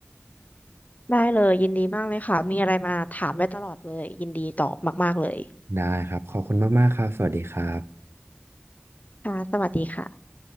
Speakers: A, on the left; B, on the right.
A: ได้เลยยินดีมากเลยค่ะมีอะไรมาถามได้ตลอดเลยยินดีตอบมากๆเลย
B: ได้ครับขอบคุณมากๆครับสวัสดีครับ
A: ค่ะสวัสดีค่ะ